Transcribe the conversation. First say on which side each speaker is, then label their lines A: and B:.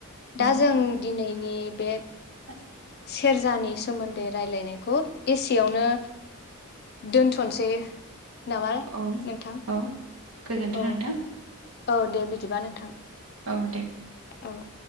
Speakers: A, on the right (about 75°); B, on the left (about 45°).
A: औ
B: दा जों दिनै नि बे
A: <inaudible>
B: सेरजानि सोमोन्दै रायलायनायखौ एसेयावनो दोनथ'नसै नामा
A: औ
B: नोंथां
A: औ गोजोनथों
B: औ
A: नोंथां
B: औ दे बिदिबा नोंथां
A: औ दे
B: औ